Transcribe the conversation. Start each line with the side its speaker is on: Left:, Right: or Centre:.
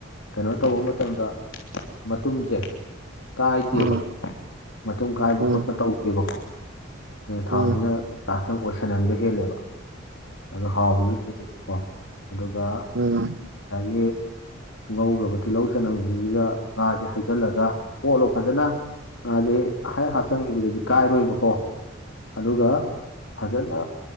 Left: ꯀꯩꯅꯣ ꯇꯧꯕ ꯃꯇꯝꯗ ꯃꯇꯨꯝꯁꯦ ꯀꯥꯏꯗꯦꯕ
Right: ꯎꯝ
Left: ꯃꯇꯨꯡ ꯀꯥꯏꯕ
Right: ꯎꯝ
Left: ꯈꯣꯠꯄ ꯇꯧꯗꯦꯕꯀꯣ ꯊꯥꯎꯁꯤꯅ
Right: ꯎꯝ
Left: ꯇꯥꯁꯟ ꯑꯣꯏꯁꯟꯍꯟꯕ ꯍꯦꯜꯂꯦꯕ ꯑꯗꯨꯣ ꯍꯥꯎꯕꯁꯨ ꯍꯦꯜꯂꯦꯕꯀꯣ ꯑꯗꯨꯒ
Right: ꯎꯝ꯫
Left: ꯑꯒꯤ ꯉꯧꯈ꯭ꯔꯕ ꯇꯤꯜꯍꯧ ꯆꯅꯝꯁꯤꯗ ꯉꯥꯁꯦ ꯍꯩꯖꯜꯂꯒ ꯑꯣꯠꯂꯣ ꯐꯖꯅ꯫ ꯉꯥꯁꯦ ꯑꯍꯩ ꯍꯥꯞꯆꯤꯟꯈꯤꯕꯗꯨꯡꯗꯤ ꯀꯥꯏꯔꯣꯏꯕꯀꯣ ꯑꯗꯨꯒ ꯐꯖꯅ